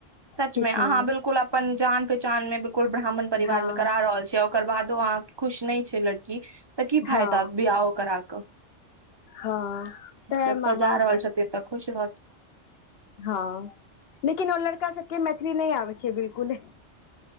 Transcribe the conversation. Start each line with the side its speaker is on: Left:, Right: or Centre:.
Right: सच
Left: किछु
Right: में अहाँ
Left: नहि
Right: बिलकुल अपन जान पहचान मे बिलकुल ब्राह्मण परिवार
Left: हँ
Right: मे करा रहल छियै ओकर बादो अहाँ खुश नहि छै लड़की त की फायदा
Left: हँ
Right: बियाह करा कऽ।
Left: हँ तऽ
Right: जतऽ
Left: मामा
Right: जा रहल छथिन त खुश रहथि।
Left: हं, लेकिन ओ लड़का सबके मैथिली नहि आबै छै बिलकुले।